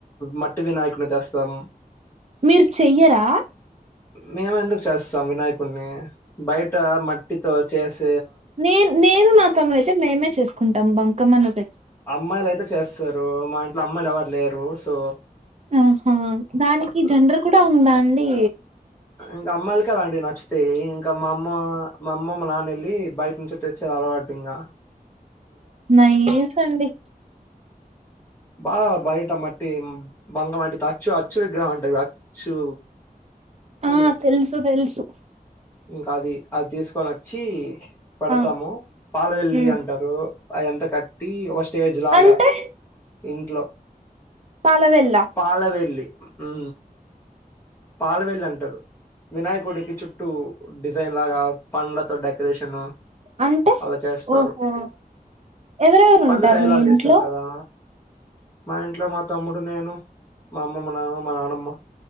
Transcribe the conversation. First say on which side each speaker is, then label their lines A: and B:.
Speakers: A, on the left (about 15°); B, on the right (about 45°).
A: మట్టి వినాయకుని చేస్ సం
B: మీరు చెయ్యరా
A: మేము ఎందుకు చేస్తాం వినాయకుడిని బయట మట్టితో చేస్
B: నేన్ నేను నా తమ్ముడు అయితే మేమే చేసుకుంటాం బంకమ్మను
A: అమ్మాయిలు అయితే చేస్తారు మా ఇంట్లో అమ్మాయిలు ఎవరు లేరు సో
B: ఆహా దానికి
A: ఆ
B: జండర్ కూడా ఉందా అండి
A: ఇంక అమ్మాయిల కదండి నచ్చితే ఇంకా మా అమ్మ మా అమ్మ మా నాన్న వెళ్ళి బయట నుంచి తెచ్చ అలవాటు కటింగా
B: నైస్ అండి
A: బా బయట మట్టి బంగ మట్టితో అచ్చు అచ్చు విగ్రహం అంటుది అచ్చు
B: ఆ
A: ఉమ్
B: తెలుసు తెలుసు
A: ఇంకా అది అది తీసుకొని వచ్చి పెడతాము
B: ఆ
A: పాల వెెల్లి
B: ఉమ్
A: అంటారు అదింత కట్టి ఒక స్టేజ్ లాగా
B: అంటే
A: ఇంట్లో
B: పాలవెల్ల
A: పాలవేల్లి ఉ పాలవెల్లి అంటరు వినాయకుడికి చుట్టూ డిజైన్ లాగా పండ్లతో డెక షను
B: అంటే
A: అలా చేస్తారు
B: ఓహో ఎవరెవరు
A: పన్ను
B: ఉంటారు
A: తయలారు
B: మీ ఇంట్లో
A: చేస్తారు కదా మా ఇంట్లో మా తమ్ముడు నేను మా అమ్మ మా నాన్న మా నానమ్మ